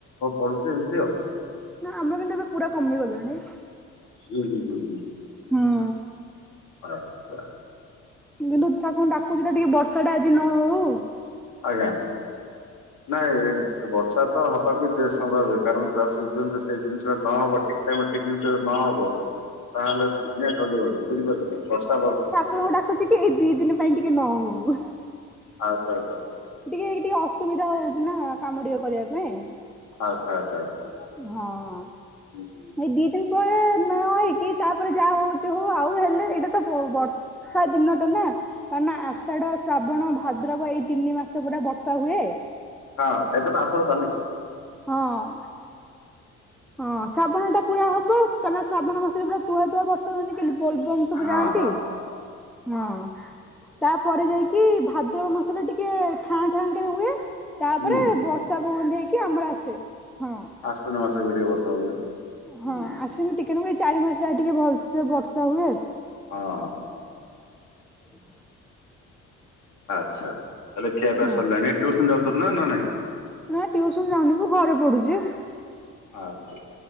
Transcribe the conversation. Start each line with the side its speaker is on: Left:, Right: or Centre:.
Left: ପଡୁଛି ଏମିତି ଆଉ।
Centre: ନା ଆମେ ବିନ୍ଦା ଏବେ ପୁରା କମିଗଲେଣି
Left: ହୁଁ ହୁଁ ହୁଁ
Centre: ହୁଁ।
Left: ହାମ <unintelligible>
Centre: କିନ୍ତୁ ତାକୁ ଡାକୁଛିତ ଟିକେ ବର୍ଷା ଟା ଆଜି ନ ହୋଉ
Left: ଆଜ୍ଞା ନାଇଁ ଏ ବର୍ଷା ତ ହବା ବି ଦେ ସମ୍ଭବ ହୁଏ କାରଣ ଯ ସେଇ ଜିନିଷଟା ନ ହବ ଠିକ୍ ଟାଇମ୍ ଠିକ୍ ଜିନିଷ ନ ହବ ତାହେଲେ ଦୁନଆ ଚାଲିବନି ବୁଝିପାରିଲ ବର୍ଷା ବନ୍ଦ
Centre: ଠାକୁର ଙ୍କୁ ଡାକୁଚି ତ ଏଇ ଦି ଦିନ ପାଇଁ ଟିକେ ନ ହୋଉ।
Left: ଆ ସରକାର କୁ
Centre: ଟିକେ ଟିକେ ଅସୁବିଧା ହୋଉଚି ନା କାମ ଟିକେ କରିବା ପାଇଁ
Left: ଆଚ୍ଛା ଆଚ୍ଛା ଆଚ୍ଛା ହୁଁ
Centre: ହଁ।
Left: ହୁଁ।
Centre: ଏଇ ଦି ଦିନ ପରେ ନ ହେଇକି ତାପରେ ଯାହା ହୋଉଚି ହୋଉ ଆଉ ହେଲେ ଏଇଟା ତ ବର୍ଷ ସେ ଦିନ ଟା ନାଁ କାରଣ ନା ଆଷାଢ ଶ୍ରାବଣ ଭାଦ୍ରବ ଏଇ ତିନି ମାସ ପୁରା ବର୍ଷା ହୁଏ।
Left: ହଁ ଏବେ ତ ଆଷାଢ ଚାଲିଚି
Centre: ହଁ ହଁ ଶ୍ରାବଣ ଟା ପୁରା ହବ କାରାଣ ଶ୍ରାବଣ ମାସରେ ପୁରା ତୁଆ ତୁଆ ବର୍ଷ ସେମାନେ ତ ବୋଲବମ୍ ସବୁ
Left: ହଁ
Centre: ଯାଆନ୍ତି
Left: ହଁ
Centre: ହଁ ତା ପରେ ଯାଇକି ଭାଦ୍ରବ ମାସରେ ଟି ଟିକେ ଠାଁ ଠା ରେ ହୁଏ ତାପରେ
Left: ହୁଁ
Centre: ବର୍ଷା ବନ୍ଦ ହେଇକି ଆମର ଆସେ ହଁ
Left: ଅଶ୍ୱିନ ମାସରେ ଭଡ଼ିିଆ ବର୍ଷା ହୁଏ। ହୁଁ
Centre: ହଁ ଅଶ୍ୱିନ ଟିକେ ଚାରି ମାସ ଯାଏ ଟିକେ ଭଲସେ ବର୍ଷା ହୁଏ
Left: ହଁ
Centre: <inaudible>
Left: ଆଚ୍ଛା ହେଲେ ଖିଆ ପିଆ
Centre: ହଁ।
Left: ସିଲାଣି ଟ୍ୟୁସନ ଯାଉଛଛନ୍ତି ନା ନା ନାଇଁ?
Centre: ନା ଟ୍ୟୁସନ ଯାଉନିି କି ଘରେ ପଢୁଚୁ।
Left: ଆଚ୍ଛା